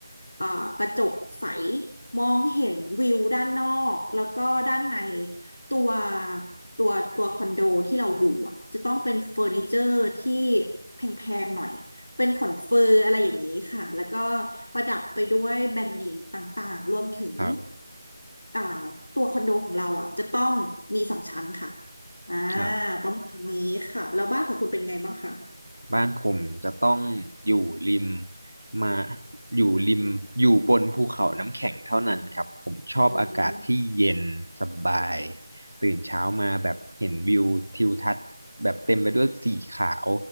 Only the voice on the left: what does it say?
อ่ากระจกใสมองเห็นวิวด้านนอกแล้วก็ด้านในตัวตัวตัวคอนโดที่เราอยู่อ่ะจะต้องเป็นเฟอร์นิเจอร์ที่แพงๆหน่อย เป็นขนเฟอร์อะไรอย่างนี้ค่ะ แล้วก็ประดับไปด้วยแบรนด์เนมต่างๆ รวมถึง
อ่าตัวคอนโดของเราอ่ะจะต้องมีสองชั้นค่ะอ่า
ประมาณนี้ค่ะ แล้วบ้านของคุณเป็นไงบ้างคะ
อ่า